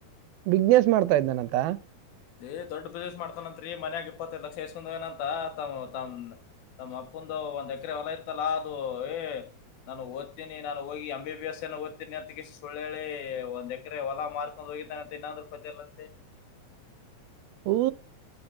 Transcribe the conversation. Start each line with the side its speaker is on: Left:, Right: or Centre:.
Right: ಬಿಸ್ನೆಸ್ ಮಾಡ್ತಾ ಇದನನಂತ
Left: ಏ್ ದೊಡ್ ಬಿಸ್ನೆಸ್ ಮಾಡತಾನತ್ರಿ ಮನ್ಯಾಗ ಇಪ್ಪತ್ತೈ ಲಕ್ಷ ಎಸ್ಕಂದನಂತ ತಾವ್ ತನ್ ನಮ್ಮ್ ಅಪ್ಪಂದು ಒಂದ್ ಎಕರೆ ಹೊಲ ತ್ತತಲ್ಲಾ ಅದು ಏ ನಾನು ಓದ್ತೀನಿ ನಾನು ಹೋಗಿ ಎ ಬಿ ಬಿ ಎಸ್ ಓಡ್ತೀನಿ ಅಂಥಾ ಸುಲಹೇಲಿ ಒಂದ್ ಎಕರೆ ಹೊಲಾ ಮಾರ್ಕೊಂಡ್ ಹೋಗಿದ್ದಾನೆ ಅಂತ ಇನ್ನಂದ್ರ ಪತಲ್ಲ ಅಂತೆ <inaudible>
Right: ಹೊ